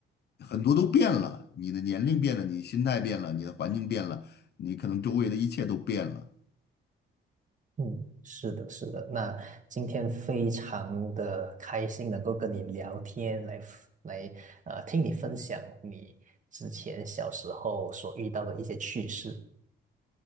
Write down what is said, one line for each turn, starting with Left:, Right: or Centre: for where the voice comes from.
Left: 很多都变了，你的年龄变了，你心态变了，你的环境变了，你可能周围的一切都变了。
Right: 嗯，是的，是的。那今天非常的开心，能够跟你聊天，来 f- 来呃，听你分享你之前小时候所遇到的一些趣事。